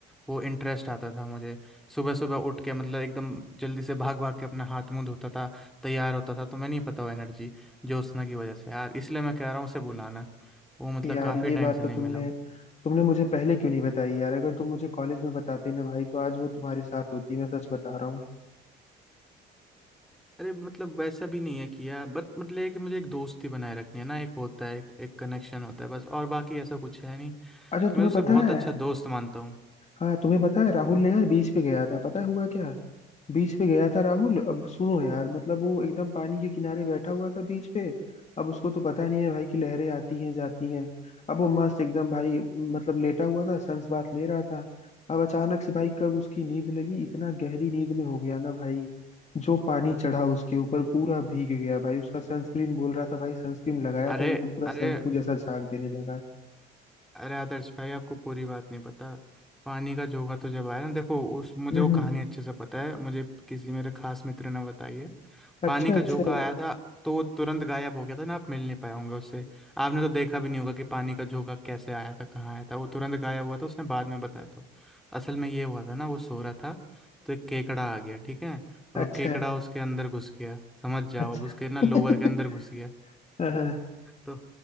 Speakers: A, in the centre; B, on the left.
A: वो इंटरेस्ट आता था मुझे सुबह सुबह उठ के मतलब एकदम जल्दी से भाग भाग के अपना हाथ मुंह धोता था तैयार होता था तो मैं नहीं पता वो एनर्जी जोशना की वजह से यार इसलिए मैं कह रहा हूँ उसे बुलाना वो मतलब
B: यार
A: काफ़ी
B: ये
A: टाइम
B: बात
A: से
B: तो
A: नहीं
B: तुमने
A: मिला हूँ
B: तुमने मुझे पहले क्यों नहीं बताई यार अगर तुम मुझे कॉलेज में बताते ना भाई तो आज वो तुम्हारे साथ होती मैं सच बता रहा हूँ
A: अरे मतलब वैसा भी नहीं है कि यार बट मतलब ये कि मुझे एक दोस्ती बनाए रखनी है ना एक होता है एक, एक कनेक्शन होता है बस और बाकी ऐसा कुछ है नहीं कि
B: अच्छा तुम्हें
A: मैं उसे
B: पता
A: बहुत
B: है
A: अच्छा दोस्त मानता हूँ
B: हाँ तुम्हें पता है राहुल ने यार बीच पे गया था पता है हुआ क्या बीच पे गया था राहुल अब सुनो यार मतलब वो एकदम पानी के किनारे बैठा हुआ था बीच पे अब उसको तो पता नहीं है भाई कि लहरें आती हैं जाती हैं अब वो मस्त एकदम भाई मतलब लेटा हुआ था सन्स बाथ ले रहा था अब अचानक से भाई कब उसकी नींद लगी इतना गहरी नींद में हो गया ना भाई जो पानी चढ़ा उसके ऊपर पूरा भीग गया भाई उसका सनस्क्रीन बोल रहा था भाई सनस्क्रीन लगाया
A: अरे
B: था एकदम पूरा
A: अरे
B: शैम्पू जैसा झाग देने लगा
A: अरे आदर्श भाई आपको पूरी बात नहीं पता पानी का जोगा तो जब आया ना देखो उस मुझे
B: हम्म
A: वो कहानी
B: हम्म।
A: अच्छे से पता है मुझे किसी मेरे खास मित्र ने बताई है पानी
B: अच्छा
A: का
B: अच्छा
A: झोंका आया था तो वो तुरंत गायब हो गया था ना आप मिल नहीं पाए होंगे उससे आपने तो देखा भी नहीं होगा कि पानी का झोंका कैसे आया था कहाँ आया था वो तुरंत गायब हुआ था उसने बाद में बताया था असल में ये हुआ था ना वो सो रहा था तो एक केकड़ा आ गया ठीक है और
B: अच्छा
A: वो केकड़ा उसके अंदर घुस गया समझ जाओ
B: अच्छा
A: अब उसके ना
B: <laughs>
A: लोवर के अंदर घुस गया
B: हाँ, हाँ।
A: तो